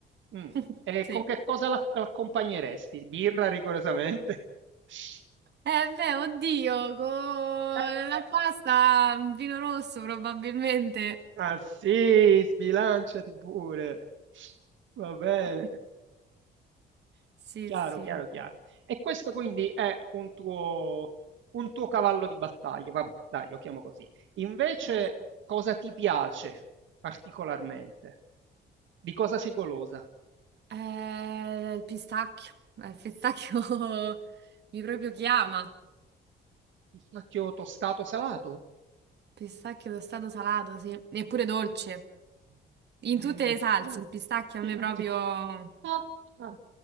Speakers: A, on the right (about 75°); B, on the right (about 60°).
A: Mm.
B: <laughs>
A: E
B: Sì.
A: con che cosa la- l'accompagneresti? Birra rigorosamente? <laughs>
B: Eh beh, oddio, con
A: Eh,
B: la
A: eh.
B: pasta mm, vino rosso probabilmente.
A: Ma sì, sbilanciati pure. Va bene.
B: <laughs> Sì,
A: Chiaro,
B: sì.
A: chiaro, chiaro. E questo quindi è un tuo, un tuo cavallo di battaglia. Vabbè, dai, lo chiamo così. Invece,
B: Eh,
A: cosa ti piace particolarmente? Di cosa sei golosa?
B: eh, eh, il pistacchio. Eh, Il pistacchio <laughs> mi proprio chiama.
A: Oh, Pistacchio tostato salato?
B: Pistacchio tostato salato, sì. Eppure dolce. In
A: E-
B: tutte le
A: Eppure.
B: salse, il pistacchio a
A: <laughs>
B: me proprio...
A: Ah, ah,